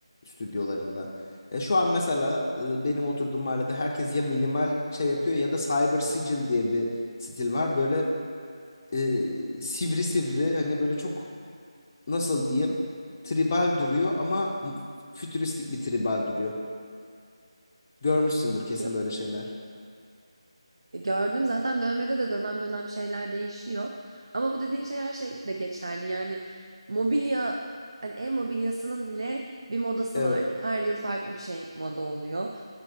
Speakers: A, on the left; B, on the right.
A: stüdyolarında. E şu an mesela e, benim oturduğum mahallede herkes ya minimal şey yapıyor ya da cyber sigil diye bir stil var. Böyle e, sivri sivri hani böyle çok nasıl diyeyim tribal duruyor ama m- fütüristik bir tribal duruyor. Görmüşsündür kesin
B: Ya
A: böyle şeyler.
B: E, Gördüm zaten dövmede de dönem dönem şeyler değişiyor. Ama bu dediğin şey her şeyde geçerli. Yani mobilya hani ev mobilyasının bile bir modası
A: Evet,
B: var. Her yıl farklı bir şey moda oluyor.